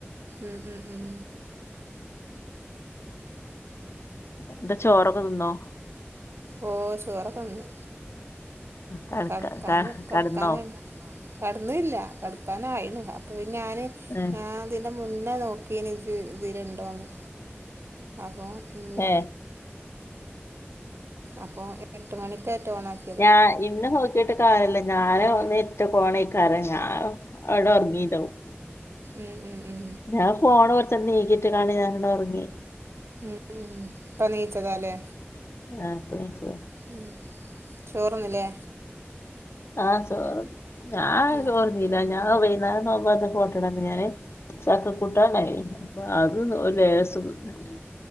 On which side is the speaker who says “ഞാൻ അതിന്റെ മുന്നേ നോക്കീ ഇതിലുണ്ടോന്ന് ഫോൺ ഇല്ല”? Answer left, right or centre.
Right